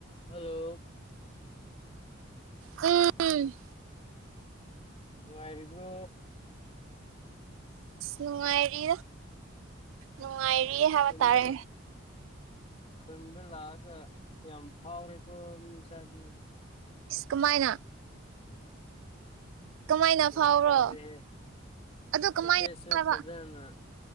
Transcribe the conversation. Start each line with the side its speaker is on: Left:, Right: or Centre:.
Left: hello
Right: ꯎꯝ
Left: ꯍꯥꯏꯔꯤꯕꯣ
Right: ꯅꯨꯡꯉꯥꯏꯔꯤ ꯅꯨꯡꯉꯥꯏꯔꯤ ꯍꯥꯏꯕ
Left: ꯈꯨꯟꯗ
Right: ꯇꯥꯔꯦ
Left: ꯈꯨꯟꯗ ꯂꯒ ꯌꯥꯝ ꯐꯥꯎꯔꯦ ꯇꯣ ꯃꯤꯁꯗꯤ
Right: ꯀꯃꯥꯏꯅ ꯀꯃꯥꯏꯅ
Left: ꯌꯥꯝ
Right: ꯐꯥꯎꯕ꯭ꯔꯣ
Left: ꯐꯥꯎꯔꯦꯍꯦ
Right: ꯑꯗꯨ ꯀꯃꯥꯏꯅ
Left: ꯃꯦꯁꯦꯖꯁꯨ
Right: ꯍꯥꯏꯕ
Left: ꯐꯖꯅ